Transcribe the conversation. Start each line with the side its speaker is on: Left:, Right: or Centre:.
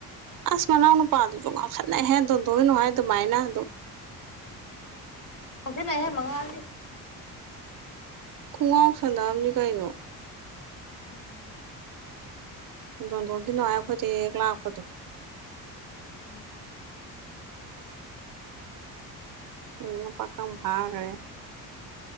Right: ꯑꯁ ꯃꯅꯥꯎ ꯅꯨꯄꯥꯗꯨꯁꯨ ꯉꯥꯎꯁꯅꯧꯍꯦ ꯗꯣꯟꯗꯣꯜ ꯍꯥꯏ ꯑꯗꯨꯃꯥꯏꯅ ꯑꯗꯨꯝ
Left: ꯉꯥꯑꯣꯁꯤꯅꯍꯦ ꯃꯉꯥꯜꯗꯤ
Right: ꯄꯨꯡꯥꯎ ꯁꯥꯟꯅꯥꯝꯅꯤ ꯀꯥꯏꯅꯣ
Left: ꯎꯝ
Right: ꯗꯣꯟꯗꯣꯒꯤꯅꯣ ꯍꯥꯏ ꯑꯩꯈꯣꯏꯗꯤ ꯂꯥꯛꯄꯗꯣ
Left: ꯎꯝ
Right: ꯑꯣꯗꯅ ꯄꯈꯝ ꯔ꯭ꯔꯦ